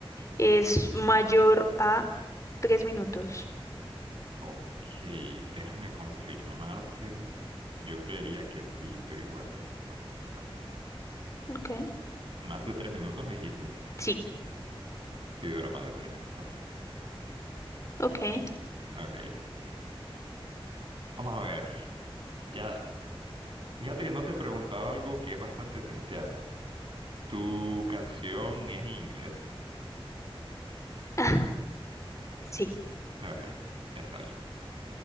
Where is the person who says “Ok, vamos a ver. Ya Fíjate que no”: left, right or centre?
Right